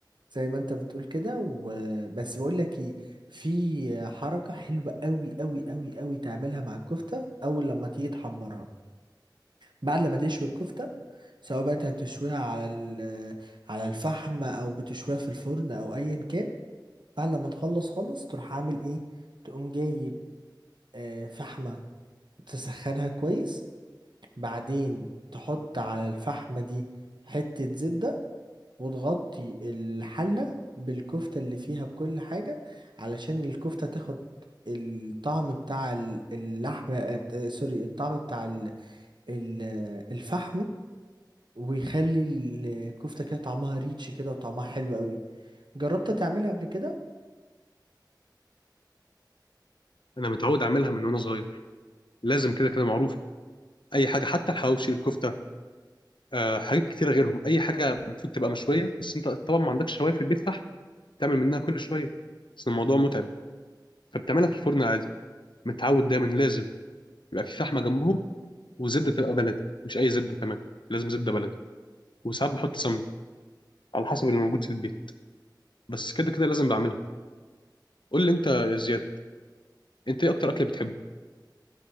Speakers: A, on the right; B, on the left.
A: زي ما انت بتقول كده وبس بقول لك ايه في حركة حلوة قوي قوي قوي قوي تعملها مع الكفتة اول لما تيجي تحمرها بعد لما تشوي الكفتة سواء بقى انت بتشويها على ال- على الفحم او بتشويها في الفرن او ايا كان بعد لما تخلص خالص تروح عامل ايه تقوم جايب آه، فحمة تسخنها كويس بعدين تحط على الفحمة دي حتة زبدة وتغطي الحلة بالكفتة اللي فيها بكل حاجة علشان الكفتة تاخد الطعم بتاع ال- اللحم آه، آه، سوري الطعم بتاع ال- ال- آه، الفحم ويخلي الكفتة كده طعمها ريتش كده وطعمها حلو قوي جربت تعملها قبل كده
B: انا متعود اعملها من وانا صغير لازم كده كده معروف اي حاجه حتى الحواوشي الكفته آه حاجات كتيره غيرهم اي حاجه المفروض تبقى مشويه بس انت طبعا ما عندكش شوايه في البيت صح تعمل منها كل شويه بس الموضوع متعب فبتعملها في الفرن عادي متعود دايما لازم يبقى في فحمه جنبهم وزبده تبقى بلدي مش اي زبده كمان لازم زبده بلدي وساعات بحط سمنه على حسب اللي موجود في البيت بس كده كده لازم بعملها قول لي انت يا زياد انت ايه اكتر اكل بتحبه